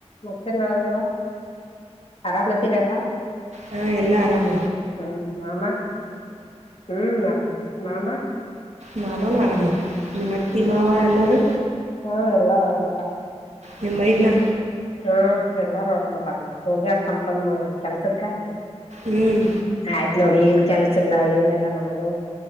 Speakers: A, on the left; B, on the right.
A: ಮತ್ತೆನ್ವ ಆರಾಮ್ದೀರಲ್ಲ
B: ಹಾಂ ಎಲ್ಲ ಆರಾಮ
A: ಹ್ಮ್ ಮಾಮ ಹ್ಮ್ ಆರಾಮ್ ಮಾಮ
B: ಮಾಮೂನ ಆರಾಮ ನಿ ಮತ್ತಿ ಮಾವ ಎಲ್ಲರೂ
A: ಹ್ಮ ಎಲ್ಲಾರು ಆರಾಮಟ
B: ನಿಮ್ಮೈದ್ನಾ
A: ಹಾ ಎಲ್ಲಾರೂ ಆರತಾರ ಹೋಗಿ ಆತಮ ತಮ ಕೆಲ್ಸಕ್ಕ
B: ಹ್ಮ್
A: ಆಯ್ತ್ ನೋಡಿ ಏನ್ ಕೆಲ್ಸ ಇಲ್ಲ ಏನಿಲ್ಲಾ ನಮಗೂ